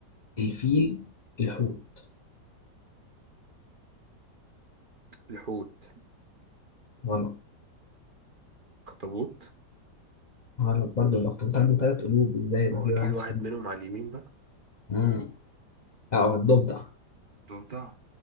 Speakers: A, on the left; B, on the right.
A: الفيل الحوت
B: الحوت
A: غلط
B: اخطبوط
A: غلط برضه الأخطبوط عنده ثلاث قلوب إزاي يبقى
B: ما هو
A: في
B: اكيد
A: واحد
B: واحد
A: فيهم
B: منهم على اليمين بقى
A: مم. لا هو الضفدع
B: ضفدع